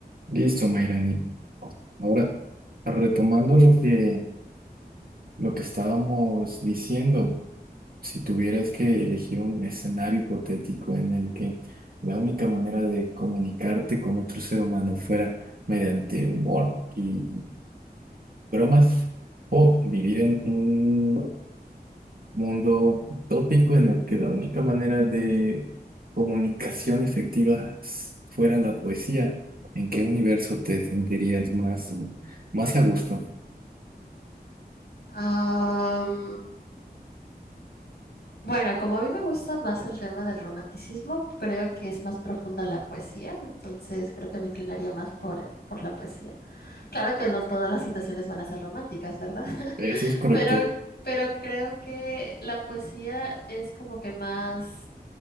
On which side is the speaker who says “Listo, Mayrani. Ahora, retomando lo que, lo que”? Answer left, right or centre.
Right